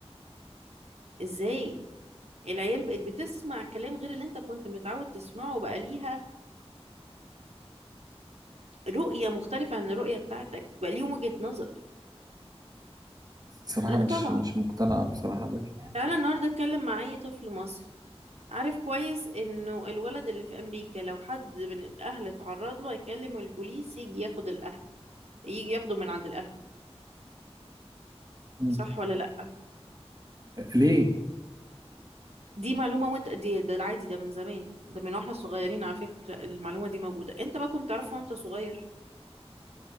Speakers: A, on the right (about 80°); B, on the right (about 35°).
A: ازاي العيال بقت بتسمع كلام غير اللي انت كنت متعود تسمعه بقى ليها رؤية مختلفة عن الرؤية بتاعتك بقى ليهم وجهة نظر
B: بصراحة
A: لا
B: مش
A: طبعا
B: مش مقتنع بصراحة بدي
A: تعالى النهاردة اتكلم مع أي طفل مصري عارف كويس انه الولد اللي في امريكا لو حد من الاهل اتعرض له هيكلم البوليس يجي ياخد الاهل يجي ياخده من عند الاهل
B: مم.
A: صح ولا لا
B: ليه
A: دي معلومة وانت دي ده العادي ده من زمان ده من واحنا صغيرين على فكرة المعلومة دي موجودة انت بقى كنت تعرفها وانت صغير